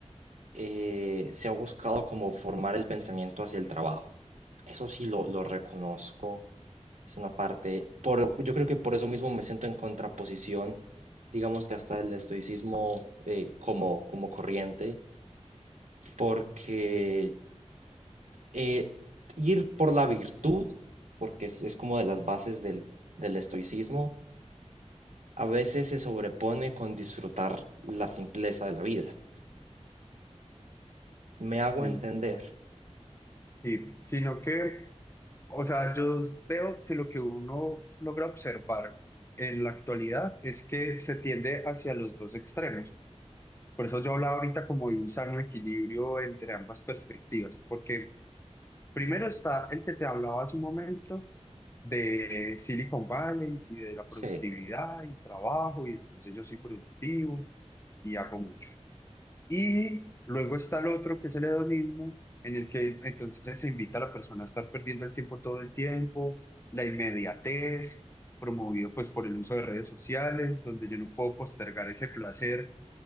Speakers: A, on the right (about 85°); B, on the left (about 20°).
A: eh, se ha buscado como formar el pensamiento hacia el trabajo. Eso sí lo, lo reconozco. Es una parte, por, yo creo que por eso mismo me siento en contraposición, digamos que hasta el estoicismo eh, como, como corriente, porque eh, ir por la virtud, porque es, es como de las bases del, del estoicismo, A veces se sobrepone con disfrutar la simpleza de la vida. ¿Me hago
B: Sí,
A: entender?
B: sí, sino que, o sea, yo veo que lo que uno logra observar en la actualidad es que se tiende hacia los dos extremos. Por eso yo hablaba ahorita como de un sano equilibrio entre ambas perspectivas, porque Primero está el que te hablaba hace un momento de Silicon Valley y de la
A: Sí,
B: productividad y trabajo, y entonces yo soy productivo y hago mucho. Y luego está el otro que es el hedonismo, en el que entonces se invita a la persona a estar perdiendo el tiempo todo el tiempo, la inmediatez, promovido pues por el uso de redes sociales, donde yo no puedo postergar ese placer,